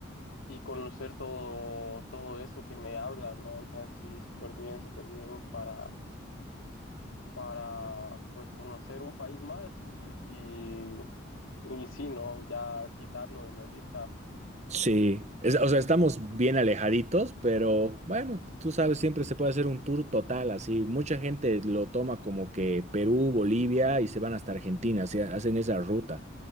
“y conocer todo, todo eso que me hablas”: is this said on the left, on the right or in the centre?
Left